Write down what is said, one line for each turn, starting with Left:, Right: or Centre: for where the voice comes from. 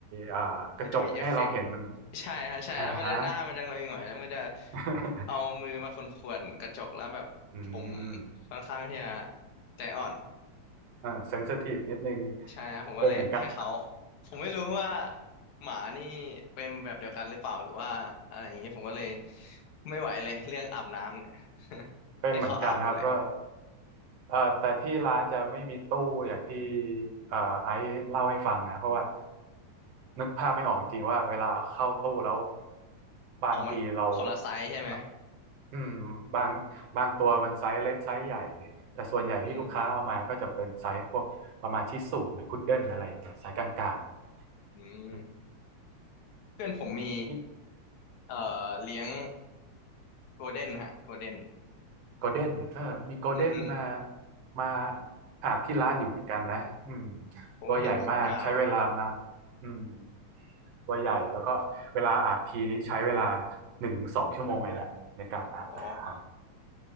Right: อ่ากระจกให้เราเห็น
Left: มันจะมีเอฟเฟกต์ใช่ฮะใช่แล้วมันจะหน้ามันจะหงอยๆแล้วมันจะ
Right: อ่าฮะ <laughs>
Left: เอามือมาข่วนๆกระจกแล้วแบบผม
Right: อืม
Left: ค่อนข้างที่จะใจอ่อน
Right: อ่าเซนซิทีฟนิดนึง
Left: ใช่นะผมก็เลยให้เขา
Right: เป็นเหมือนกัน
Left: ผมไม่รู้ว่าหมานี่เป็นแบบเดียวกันหรือเปล่าหรือว่าอะไรอย่างนี้ผมก็เลยไม่ไหวเลยเรื่องอาบน้ำ <laughs> เนี่ย <laughs>
Right: เป็นเหมือนกันครับก็
Left: ให้เขาอาบหมดเลย
Right: เอ่อแต่ที่ร้านจะไม่มีตู้อย่างที่เอ่อไอซ์เล่าให้ฟังนะเพราะว่านึกภาพไม่ออกจริงๆว่าเวลาเข้าตู้แล้วบางทีเรา
Left: ออกมาคนละไซส์ใช่ไหม
Right: มัน อืมบางบางตัวมันไซส์เล็กไซส์ใหญ่เนี่ยแต่ส่วนใหญ่ที่ลูกค้าเอามาก็จะเป็นไซส์พวกประมาณชิสุหรือพุดเดิ้ลอะไรอย่างเงี้ยไซส์กลาง
Left: อืมอืม
Right: ๆอืม
Left: เพื่อนผมมี
Right: นี่
Left: เอ่อเลี้ยงโกลเด้นฮะโกลเด้น
Right: โกลเด้นเออมีโกลเด้นมา
Left: อือฮึ
Right: มาอาบที่ร้านอยู่เหมือนกันนะอืม
Left: ผมก็เห็นขนยาว
Right: ตัวใหญ่มากใช้เวลานานอืมตัวใหญ่แล้วก็เวลาอาบทีนี้ใช้เวลาหนึ่งถึงสองชั่วโมงเลยแหละในการอาบแต่ละครั้ง
Left: โอ้